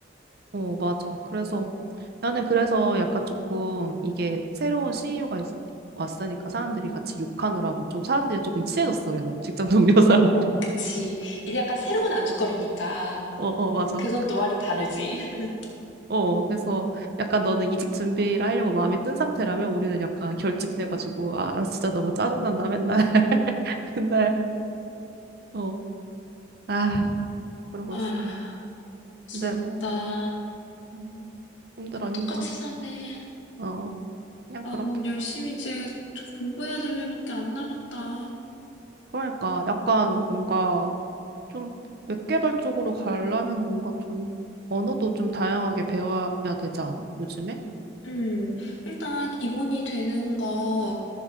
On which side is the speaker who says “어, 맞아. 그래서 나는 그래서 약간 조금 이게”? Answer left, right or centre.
Right